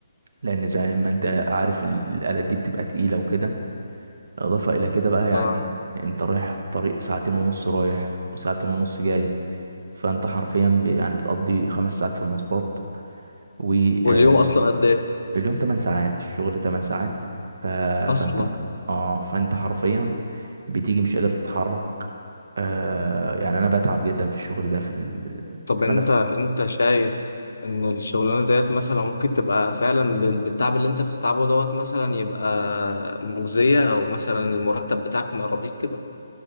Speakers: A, on the right; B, on the left.
A: لأن زي ما أنت عارف ال- الآلات دي بتبقى تقيلة وكده إضافة إلى كده بقى يعني
B: آه.
A: أنت رايح الطريق ساعتين ونص رايح وساعتين ونص جاي فأنت حرفيا ب- يعني بتقضي خمس ساعات في المواصلات واليوم
B: واليوم أصلا قد إيه؟
A: 8 ساعات الشغل 8 ساعات ف...
B: أصلا
A: فانت اه فانت حرفيا بتيجي مش قادر تتحرك آه يعني انا بتعب جدا في الشغل ده في ال...
B: طب انت
A: انا بس
B: انت شايف ان الشغلانه ديت مثلا ممكن تبقى فعلا بال- بالتعب اللي انت بتتعبه دوت مثلا يبقى مجزيه او مثلا المرتب بتاعك ما يراضيك كده